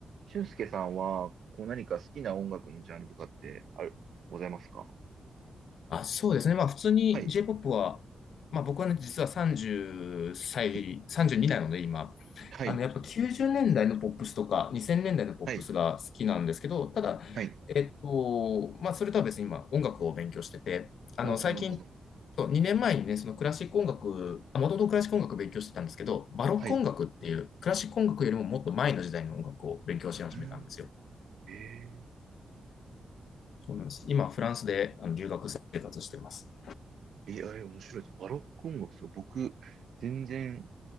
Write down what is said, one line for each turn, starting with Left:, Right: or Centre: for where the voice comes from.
Right: 俊介さんは、こう何か好きな音楽のジャンルとかってある、ございますか
Left: あ、そうですね。まあ普通に
Right: はい、
Left: J-POP は、まあ僕はね、実は30歳、
Right: はい、
Left: 32なので今、
Right: はい、
Left: あのやっぱ90年代のポップスとか2000年代のポップスが好きなんですけど、
Right: はい、
Left: ただ、
Right: はい。
Left: えっと、まあそれとは別に今音楽を勉強してて、あの最近、
Right: ああ、なるほど。
Left: そう、2年前にね、そのクラシック音楽、
Right: うん、
Left: 元もともとクラシック音楽勉強してたんですけど、バロック音楽っていうクラシック音楽よりももっと前の時代の音楽を勉強し始めたんですよ。
Right: はい。うん。えー、
Left: そうなんです。今フランスであの留学生活してます。
Right: えーあれ面白いです。バロック音楽、そう、僕、全然